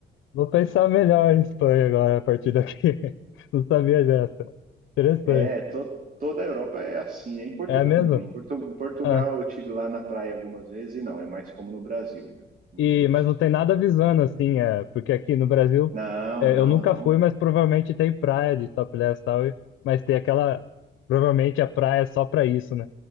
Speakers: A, on the left (about 80°); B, on the right (about 45°).
A: Vou pensar melhor em Espanha agora a partir daqui. <laughs> Não sabia dessa. Interessante.
B: É, to- toda a Europa é assim, né? Em Portugal
A: É mesmo?
B: não. Em, Portu- em Portugal
A: Ah,
B: eu tive lá na praia algumas vezes e não, é mais como no Brasil, né? Mulheres...
A: e, mas não tem nada avisando, assim, é, porque aqui no Brasil
B: Não,
A: é,
B: não,
A: eu nunca
B: não.
A: fui, mas provavelmente tem praia de topless e tal, e- mas tem aquela. Provavelmente a praia é só pra isso, né?